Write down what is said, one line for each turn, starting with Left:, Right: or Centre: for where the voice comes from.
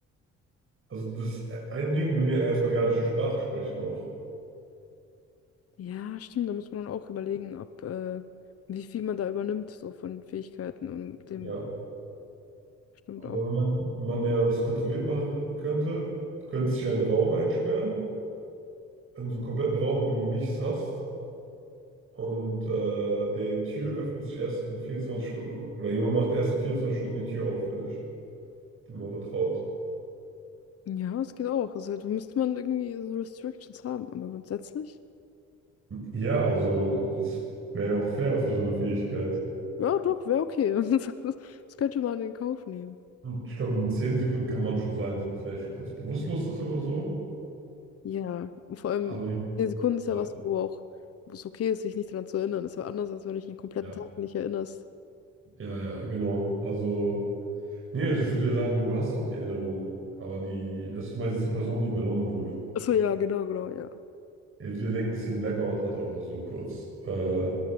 Right: Also das ist ein Ding, die will ja erstmal gar nicht die Sprache sprechen auch.
Left: Ja, stimmt, da muss man dann auch überlegen, ob, äh, wie viel man da übernimmt, so von Fähigkeiten und dem
Right: Ja,
Left: stimmt
Right: aber
Left: auch.
Right: wenn man, wenn man ja das kontrolliert machen könnte, du könntest dich ja in einen Raum einsperren, in so einen kompletten Raum, wo du nichts hast. Und äh, die Tür öffnet sich erst in 24 Stunden. Oder jemand macht erst in 24 Stunden die Tür auf für dich, dem man vertraut.
Left: Ja, es geht auch. Also da müsste man irgendwie so Restrictions haben, aber grundsätzlich,
Right: Ja, also das wäre ja auch fair für so eine Fähigkeit.
Left: ja, doch, wäre okay. <laughs> Das, das könnte man in Kauf nehmen.
Right: Und ich glaube, in 10 Sekunden kann man schon sagen, dass man vielleicht kurz bewusstlos ist oder so.
Left: Ja, und vor allem,
Right: Aber nicht.
Left: 10 Sekunden ist ja
Right: ja,
Left: was, wo auch, wo es okay ist, sich nicht daran zu erinnern. Ist ja anders, als wenn du dich den kompletten
Right: ja,
Left: Tag nicht erinnerst.
Right: ja, ja, genau. Also. Nee, also ich würde ja sagen, du hast noch die Erinnerung, aber die, also du meinst jetzt die Person, die übernommen wurde.
Left: Achso, ja, genau, genau, ja.
Right: Ja, Ich würde ja denken, dass sie einen Blackout hatte oder so kurz. Äh,